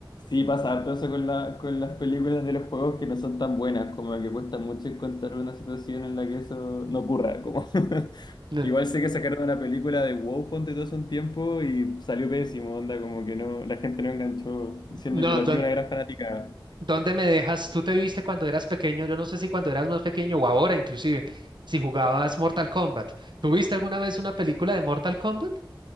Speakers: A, on the left; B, on the right.
A: Sí, pasa harto eso con la, con las películas de los juegos que no son tan buenas, como que cuesta mucho encontrar una situación en la que eso no ocurra, como... <laughs>
B: No,
A: Igual sé que sacaron una película de WoW, ponte todo hace un tiempo y salió pésimo, onda, como que no, la gente no enganchó, diciendo
B: no,
A: que igual tiene una gran fanática.
B: ¿Dónde me dejas? ¿Tú te viste cuando eras pequeño? Yo no sé si cuando eras más pequeño o ahora inclusive, si jugabas Mortal Kombat. ¿Tuviste alguna vez una película de Mortal Kombat?